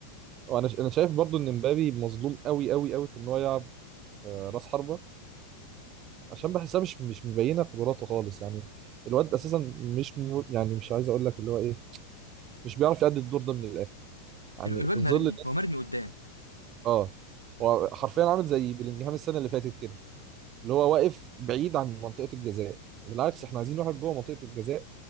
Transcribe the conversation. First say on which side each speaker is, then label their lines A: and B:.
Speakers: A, on the right; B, on the right.
A: وانا ش- انا شايف برضو ان مبابي مظلوم قوي قوي قوي في ان هو يلعب آه، راس حربه عشان بحسها مش مش مبينه قدراته خالص يعني الواد اساسا مش م... يعني مش عايز اقول لك اللي هو ايه مش بيعرف يأدي الدور ده من الاخر يعني
B: ال- الواد
A: في
B: مرمي
A: ظل
B: هو مرمي قدام
A: اه هو حرفيا عامل زي بلينجهام السنه اللي فاتت كده اللي هو واقف بعيد عن منطقه الجزاء بالعكس احنا عايزين واحد جوه منطقه الجزاء